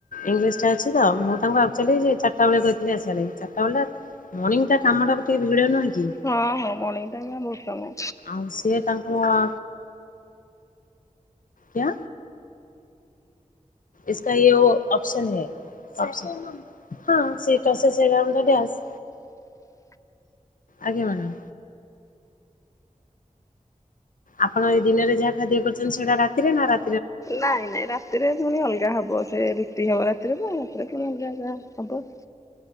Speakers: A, on the left; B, on the left.
A: ଇଂଲିଶ ଟା ତ ମୁଁ ତାଙ୍କୁ ଆକଚୁଆଲି ଚାରିଟା ବେଳେ କହିଥିଲି ଆସିବାଲାଗି ଚାରିଟା ବେଳଟା ମର୍ନିଙ୍ଗ କାମଟାକୁ ଟିକେ ଭିଡ଼ ନୁହେଁ କି।
B: ହଁ ହଁ ମର୍ନିଙ୍ଗ ଟାଇମ ରେ ବହୁତ କାମ।
A: ଆଉ ସିଏ ତାଙ୍କର କ୍ୟା ଇସକା ଏ ଓ ଅପ୍ସନ୍ ହୈ, ଅପ୍ସନ୍। ହଁ ସେଇଟା ସେ <unintelligible> ଡ୍ୟାସ୍
B: <inaudible>
A: ଆଜ୍ଞା ମ୍ୟାଡ଼ମ୍। ଆପଣ ଏଇ ଦିନରେ ଯାହା ଖାଦ୍ୟ କରୁଛନ୍ତି ସେଇଟା ରାତିରେ ନା ରା
B: ନାଇଁ ନାଇଁ ରା ରାତିରେ ପୁଣି ଅଲଗା ହବ ସେ ରୁଟି ହବ ରାତିରେ ରାତିରେ ପୁଣି ଅଲଗା ଅଲଗା ହବ।